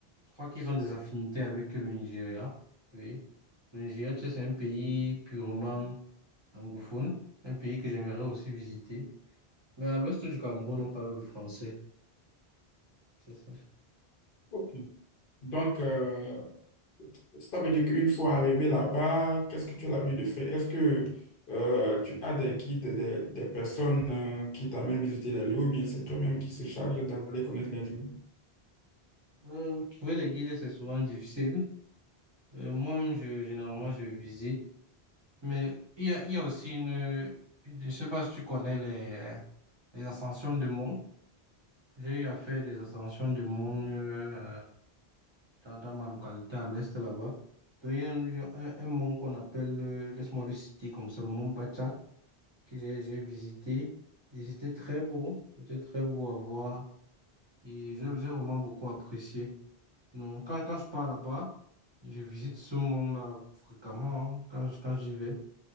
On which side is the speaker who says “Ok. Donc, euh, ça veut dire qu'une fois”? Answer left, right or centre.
Left